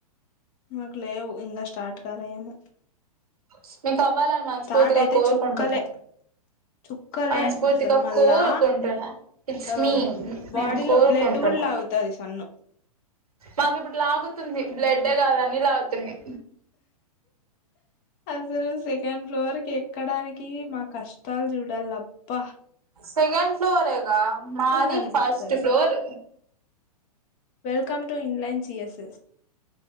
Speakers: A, on the left; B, on the right.
A: మాకు లేవు ఇంకా స్టార్ట్ కాలే ఏమొ
B: స్మీత ఇవ్వాలని మనస్ఫూర్తిగా
A: స్టార్ట్ అయితే
B: కోరుకుంటున్నా
A: చుక్కలే చుక్కలే
B: మనస్ఫూర్తిగా
A: అసలు మళ్ళా
B: కోరుకుంటున్నా ఇట్స్
A: ఆ
B: మీ నేను
A: బాడీలో
B: కోరుకుంటున్నా
A: బ్లడ్ కూడా లాగుతది సన్ను
B: నాకు ఇప్పుడు లాగుతుంది బ్లడ్డే కాదు అన్నీ లాగుతున్నాయి
A: అసలు సెకండ్ ఫ్లోర్ కి ఎక్కడానికి మా కష్టాలు చూడాలబ్బా
B: సెకండ్ మాది
A: కనిపిస్తది
B: ఫస్ట్ ఫ్లోర్
A: వెల్కమ్ టు ఇన్లైన్ చి ఎస్